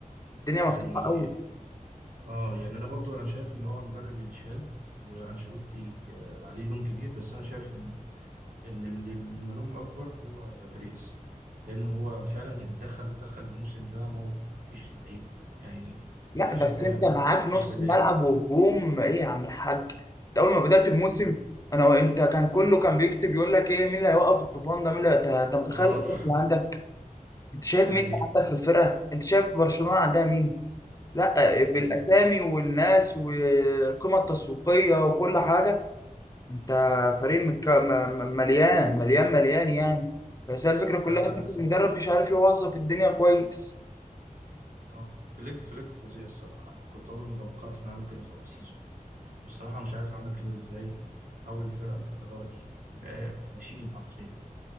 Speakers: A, on the left (about 25°); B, on the right (about 65°).
A: الدنيا مفتوحه
B: يعني
A: قوي
B: اه يعني انا برضو انا شايف ان هو المدرب يتشال وانشيلوتي آه، عليه لون كبير بس انا شايف ان ان اللي الملوم الاكبر هو بريس لان هو فعلا يعني دخل دخل الموسم ده ملط مفيش لعيبه يعني
A: لا
B: مفيش
A: بس
B: دفاع
A: انت معاك
B: مفيش
A: نص
B: بدائل
A: ملعب وهجوم ايه يا عم الحاج انت اول ما بدات الموسم
B: مم.
A: انا وانت كان كله كان بيكتب يقول لك ايه مين اللي هيوقف الطوفان ده مين اللي هيت- انت متخيل
B: اه
A: الاسامي
B: <laughs>
A: اللي عندك انت شايف
B: ده
A: مين
B: حقيقي
A: اللي عندك في الفرقه انت شايف برشلونه عندها مين لا بالاسامي
B: مم.
A: والناس والقيمه التسويقيه وكل حاجه انت فريق مك- م- م- مليان مليان مليان يعني بس هي الفكره كلها
B: لا لا
A: ان
B: بس
A: المدرب مش عارف يوظف الدنيا كويس
B: اه فليك فليك فظيع الصراحه انا كنت عمري ما توقعت انه يعمل كده في اول سيزون بصراحه مش عارف عمل كده ازاي حول الفرقه بالطريقه دي بقى ماشيين حرفيا